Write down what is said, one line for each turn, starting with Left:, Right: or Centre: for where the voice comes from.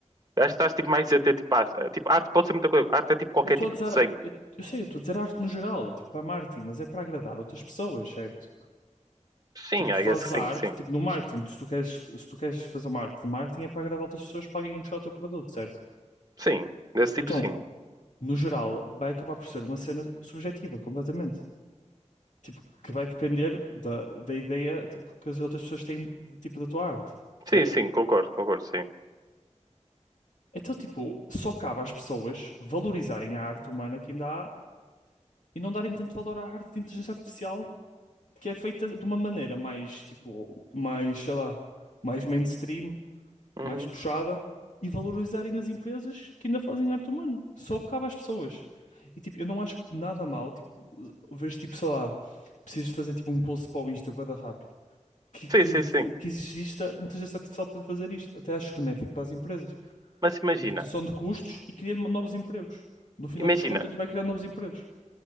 Right: Eu acho que estás tipo mais a ter tipo arte. Eh, Tipo, arte pode ser muita coisa. Arte é tipo qualquer
Left: Eu estou
Right: tipo
Left: a dizer,
Right: de desenho.
Left: eu, eu sei, eu estou a dizer arte no geral, tipo, para marketing, mas é para agradar outras pessoas, certo?
Right: Sim,
Left: Tipo, tu
Right: I
Left: fazes
Right: guess que sim,
Left: a arte,
Right: sim.
Left: tipo, no marketing, se tu queres, se tu queres fazer uma arte de marketing é para agradar outras pessoas para alguém gostar do teu produto, certo?
Right: Sim, desse tipo
Left: Então,
Right: sim.
Left: no geral, vai acabar por ser uma cena subjetiva, completamente. tipo, que vai depender da, da ideia, tipo, que as outras pessoas têm de, tipo, da tua arte, certo?
Right: Sim, sim, concordo, concordo, sim.
Left: Então, tipo, só cabe às pessoas valorizarem a arte humana que ainda há e não darem tanto valor à arte de inteligência artificial que é feita de uma maneira mais, tipo, mais, sei lá, mais mainstream,
Right: Uhum.
Left: mais puxada e valorizarem as empresas que ainda fazem arte humana. Só cabe às pessoas. E, tipo, eu não acho nada mal, tipo, vês tipo, sei lá, precisas fazer, tipo, um post para o Insta, bué da rápido que, que,
Right: Sim, sim, sim.
Left: que exista inteligência artificial para fazer isto. Até acho benéfico para as empresas.
Right: Mas imagina,
Left: Em redução de custos e criar novos empregos. No final
Right: imagina,
Left: das contas, vai criar novos empregos.